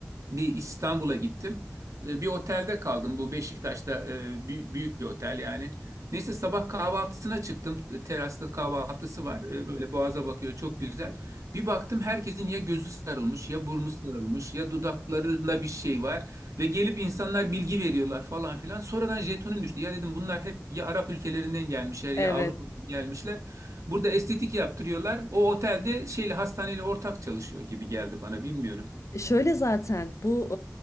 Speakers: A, on the right (about 85°); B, on the left (about 70°).
A: bir İstanbul'a gittim. E, Bir otelde kaldım. Bu Beşiktaş'ta e, bü- büyük bir otel yani. Neyse sabah kahvaltısına çıktım. E, Terasta kahvaltısı var. E, Böyle boğaza bakıyor çok güzel. Bir baktım herkesin ya gözü sarılmış ya burnu sarılmış ya dudaklarında bir şey var. Ve gelip insanlar bilgi veriyorlar falan filan. Sonradan jetonum düştü. Ya dedim bunlar hep ya Arap ülkelerinden gelmişler
B: Evet.
A: ya Avrupa'dan gelmişler. Burada estetik yaptırıyorlar. O otelde şeyle hastaneyle ortak çalışıyor gibi geldi bana bilmiyorum.
B: Şöyle zaten bu